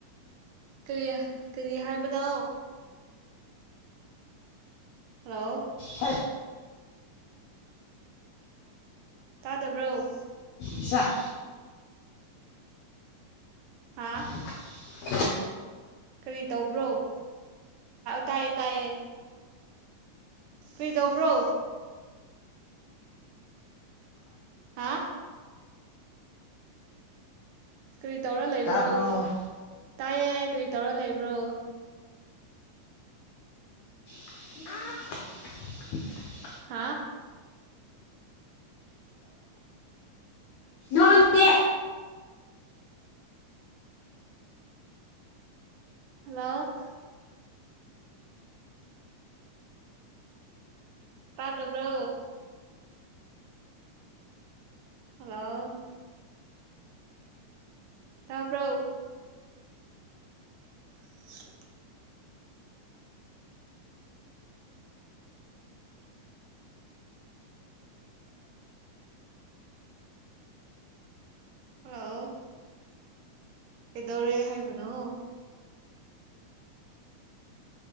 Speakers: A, on the right; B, on the left.
A: ꯀꯔꯤ ꯀꯔꯤ ꯍꯥꯏꯕꯗꯣ ꯍꯂꯣ
B: ꯍ
A: ꯇꯥꯗꯕ꯭ꯔꯣ
B: ꯁꯠ
A: ꯍꯥꯥ
B: ꯑ
A: ꯀꯔꯤ ꯇꯧꯕ꯭ꯔꯣ ꯇꯥꯏꯌꯦ ꯇꯥꯏꯌꯦ ꯀꯩꯗꯧꯕ꯭ꯔꯣ ꯍꯥ ꯀꯔꯤ ꯇꯧꯔ ꯂꯩꯕ꯭ꯔꯣ
B: ꯇꯥꯕ꯭ꯔꯣ
A: ꯇꯥꯏꯌꯦ ꯀꯔꯤ ꯇꯧꯔ ꯂꯩꯕ꯭ꯔꯣ
B: ꯑ
A: ꯍꯥꯥ
B: ꯅꯣꯦ
A: ꯍꯜꯂꯣ ꯄꯥꯇꯕ꯭ꯔꯣ ꯍꯜꯂꯣ ꯇꯄ꯭ꯔꯣ <unintelligible> ꯍꯜꯂꯣ ꯀꯩꯗꯧꯔꯦ ꯍꯥꯏꯕꯅꯣ